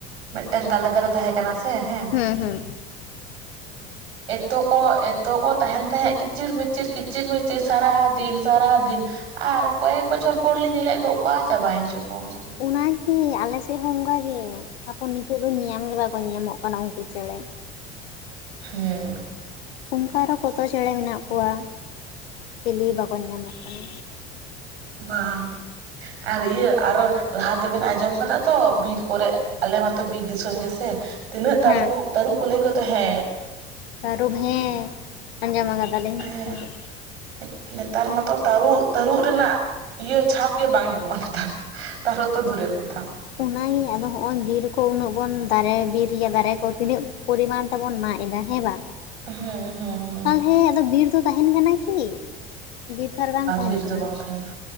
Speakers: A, on the right; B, on the left.
A: ᱢᱤᱫᱴᱮᱱ ᱛᱟᱞᱮ ᱫᱟᱨᱮ ᱛᱟᱦᱮᱸ ᱠᱟᱱᱟ ᱥᱮ ᱦᱮᱸ᱾
B: ᱦᱩᱸ ᱦᱩᱸ
A: ᱮᱛᱚ ᱠᱚ ᱮᱛᱚ ᱠᱚ ᱛᱟᱦᱮᱱ ᱛᱟᱦᱮᱸᱫ ᱠᱤᱪᱤᱨᱼᱢᱤᱪᱤᱨ ᱠᱤᱪᱤᱨᱼᱢᱤᱪᱤᱨ ᱥᱟᱨᱟᱫᱤᱱ ᱥᱟᱨᱟᱫᱤᱱ ᱟᱨ ᱠᱚᱭᱮᱠ ᱵᱚᱪᱷᱚᱨ ᱯᱚᱨ ᱞᱤᱧ ᱧᱮᱞᱮᱜ ᱠᱚᱣᱟ ᱚᱠᱟ ᱪᱟᱵᱟᱭᱮᱱ ᱪᱚ ᱠᱚ ᱩᱱᱠᱩ᱾
B: ᱚᱱᱟᱜᱮ ᱟᱞᱮᱥᱮᱫ ᱦᱚᱸ ᱚᱱᱠᱟ ᱜᱮ, ᱛᱟᱯᱚᱨ ᱱᱤᱛᱚᱜ ᱫᱚ ᱧᱮᱧᱟᱢ ᱜᱮ ᱵᱟᱠᱚ ᱧᱮᱧᱟᱢᱚᱜ ᱠᱟᱱᱟ ᱩᱱᱠᱩ ᱪᱮᱬᱮ᱾
A: ᱦᱩᱸ
B: ᱚᱱᱠᱟ ᱟᱨᱚ ᱠᱚᱛᱚ ᱪᱮᱬᱮ ᱢᱮᱱᱟᱜ ᱠᱚᱣᱟ ᱪᱤᱞᱤ ᱵᱟᱠᱚ ᱧᱮᱧᱟᱢᱚᱜ ᱠᱟᱱᱟ᱾
A: ᱵᱟᱼᱼᱝ ᱟᱨ ᱤᱭᱟᱹ ᱟᱨᱚ ᱞᱟᱦᱟ ᱛᱮᱵᱮᱱ ᱟᱸᱡᱚᱢ ᱠᱟᱫᱟ ᱛᱚ ᱵᱤᱨ ᱠᱚᱨᱮ ᱟᱞᱮ ᱢᱟᱛᱚ ᱵᱤᱨ ᱫᱤᱥᱚᱢ ᱜᱮ ᱥᱮ᱾ ᱛᱤᱱᱟᱹᱜ ᱛᱟᱹᱨᱩᱜ
B: ᱦᱮᱸ
A: ᱛᱟᱹᱨᱩᱜ ᱠᱚ ᱞᱟᱹᱭ ᱠᱚ ᱛᱟᱦᱮᱸᱜ᱾
B: ᱛᱟᱹᱨᱚᱵ ᱦᱮᱸ ᱟᱸᱡᱚᱢᱟ ᱠᱟᱫᱟᱞᱤᱧ
A: ᱦᱮᱸ
B: ᱛᱟᱹᱨᱩ᱾
A: <unintelligible> ᱱᱮᱛᱟᱨ ᱢᱟᱛᱚ ᱛᱟᱹᱨᱩᱜ ᱛᱟᱹᱨᱩᱜ ᱨᱮᱱᱟᱜ ᱤᱭᱟᱹ ᱪᱷᱟᱯ ᱜᱮ ᱵᱟᱝ ᱧᱟᱢᱚᱜᱼᱟ ᱱᱮᱛᱟᱨ ᱛᱟᱨᱩᱜ ᱛᱚ ᱫᱩᱨᱮᱨ ᱠᱚᱛᱷᱟ᱾
B: ᱚᱱᱟᱜᱮ ᱟᱫᱚ ᱦᱚᱸᱜᱼᱚᱭ ᱵᱤᱨ ᱠᱚ ᱩᱱᱟᱹᱜ ᱵᱚᱱ ᱫᱟᱨᱮ ᱵᱤᱨᱭᱟ ᱫᱟᱨᱮ ᱠᱚ ᱛᱤᱱᱟᱹᱜ ᱯᱚᱨᱤᱢᱟᱱ ᱛᱮᱵᱚᱱ ᱢᱟᱜ ᱮᱫᱟ ᱦᱮᱸ ᱵᱟᱝ᱾
A: ᱦᱮᱸ ᱦᱮᱸ ᱦᱮᱸ
B: ᱛᱟᱞᱦᱮ ᱟᱫᱚ ᱵᱤᱨ ᱫᱚ ᱛᱟᱦᱮᱸᱱ ᱠᱟᱱᱟ ᱠᱤ᱾ ᱵᱤᱨᱫᱷᱟᱨ ᱵᱟᱝ ᱛᱟᱦᱮᱱ
A: ᱵᱤᱨ
B: ᱠᱟᱱᱟ
A: ᱫᱚ ᱵᱟᱝ ᱛᱟᱦᱮᱱᱟ